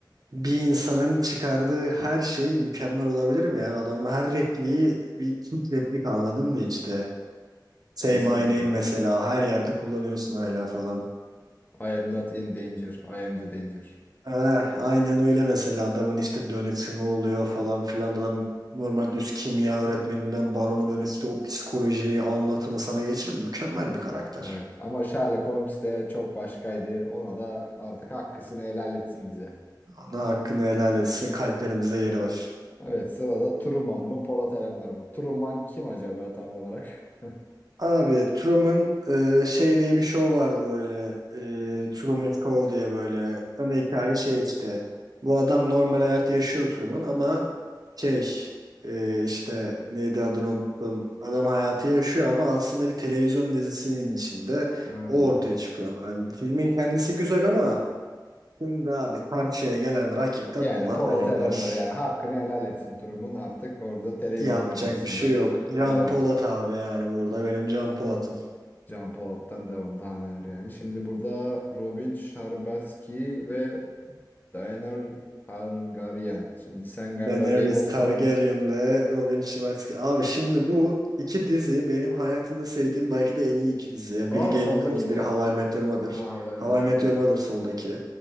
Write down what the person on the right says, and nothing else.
bir insanın çıkardığı her şey mükemmel olabilir mi? Yani adamın her repliği bir ilk replik anladın mı işte? Say
my name mesela her yerde kullanıyorsun hala falan.
Ha, aynen öyle mesela adamın işte dönüşümü oluyor falan filan adam normal düz kimya öğretmeninden barona dönüştü o psikolojiyi anlatımı sana geçirir mükemmel bir karakter.
Ona hakkını helal etsin kalplerimizde yeri var.
Abi Truman e, şey diye bir show vardı böyle e, Truman Show diye böyle ana hikaye şey işte bu adam normal hayat yaşıyor Truman ama şey e, işte neydi adını unuttum adam hayatı yaşıyor ama aslında bir televizyon dizisinin içinde
o ortaya çıkıyor. Hani filmin kendisi güzel ama şimdi abi karşıya gelen rakip de
Polat
Alemdar
yapacak
bir şey yok. Can
Polat abi yani burada benim Can Polat'ım.
Daenerys
Targaryen
ve Robin Schwarzkopf. Abi şimdi bu iki dizi benim hayatımda sevdiğim belki de en iyi iki dizi. Ya
biri Game
of Thrones, biri
How I Met Your Mother.
How
I Met
Your Mother soldaki.